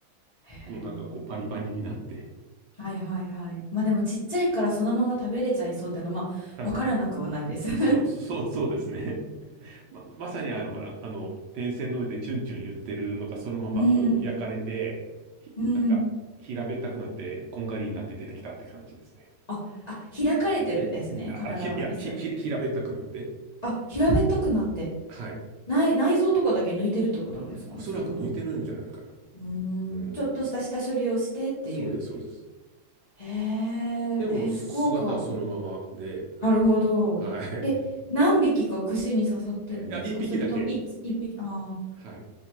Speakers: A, on the left; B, on the right.
A: へえ。
B: こうなんかこうパリパリになって。
A: はいはいはい。まあでもちっちゃいからそのまま食べれちゃいそうっていうのは、まあ、
B: あ、
A: わからなくはないです。<laughs>
B: そう、そう、そうですね。ま、まさにあの、ほらあの、電線の上でチュンチュン言ってるのがそのままこう焼かれて、
A: うん。
B: ひなんか平べったくなって、
A: うん。
B: こんがりになって出てきたって感じですね。
A: あ、あ、開かれてるんですね。
B: あ、
A: 体は一応。
B: あ、ひ、いや、ひ、ひ、平べったくなって。
A: あ、平べったくなって。
B: はい。
A: 内、内臓とかだけ抜いてるってことなんですかね、
B: おそらく抜いてるんじゃないかな。
A: それは。うん。
B: うん。
A: ちょっとした下処理をしてっていう。
B: そうです、そうです。
A: へえ、
B: でも、
A: え、
B: す姿はそのままで、
A: 福岡。
B: はい。
A: なるほど。
B: はい。
A: え、何匹か串に刺さってるんですかそれとも一、
B: いや、一匹だけ。
A: 一匹、ああ。
B: はい。